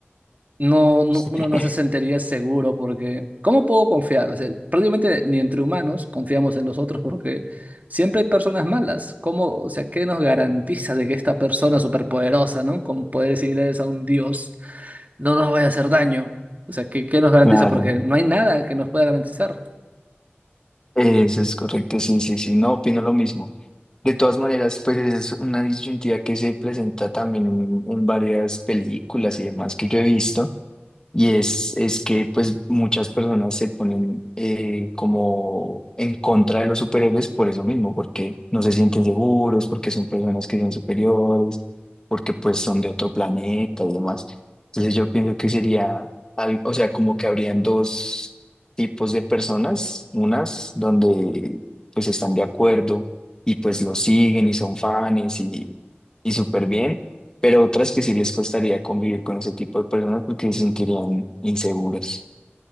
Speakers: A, on the right (about 40°); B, on the left (about 15°).
A: no, no-
B: <laughs>
A: uno no se sentiría seguro porque ¿cómo puedo confiar? O sea, prácticamente ni entre humanos confiamos en los otros porque siempre hay personas malas. ¿Cómo, o sea, qué nos garantiza de que esta persona superpoderosa, ¿no? Con poderes similares a un dios, no nos vaya a hacer daño? O sea, ¿qué, qué nos garantiza?
B: claro,
A: Porque no hay nada que nos pueda garantizar.
B: eso es correcto, sí, sí, sí, no opino lo mismo. De todas maneras, pues es una disyuntiva que se presenta también en, en varias películas y demás que yo he visto. Y es, es que pues muchas personas se ponen eh, como en contra de los superhéroes por eso mismo, porque no se sienten seguros, porque son personas que son superiores, porque pues son de otro planeta y demás. Entonces yo pienso que sería, al- o sea, como que habrían dos tipos de personas, unas donde pues están de acuerdo y pues lo siguen y son fans y, y súper bien pero otras que sí les costaría convivir con ese tipo de personas porque se sentirían inseguras.